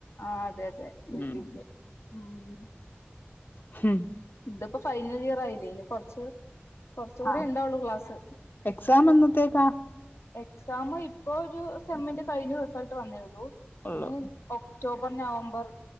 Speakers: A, on the left; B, on the left.
A: ആ, അതെ, അതെ, വീട്ടിക്ക്,
B: ഉം.
A: വരും.
B: ഹ്മ്
A: ഇതിപ്പോ, ഫൈനൽ, ഇയർ ആയില്ലേ, ഇനി, കൊറച്ച്, കുറച്ച് കൂടി,
B: ആഹ്
A: ഉണ്ടാവുള്ളു, ക്ലാസ്സ്.
B: എക്സാം, എന്നത്തേക്കാ.
A: എക്സാം, ഇപ്പൊ, ഒരു, സെമ്മിന്റ കഴിഞ്ഞു, റിസൾട്ട്, വന്നേയുള്ളു,
B: ഉള്ളൂ
A: ഇനി. ഒക്ടോബർ, നവംബർ,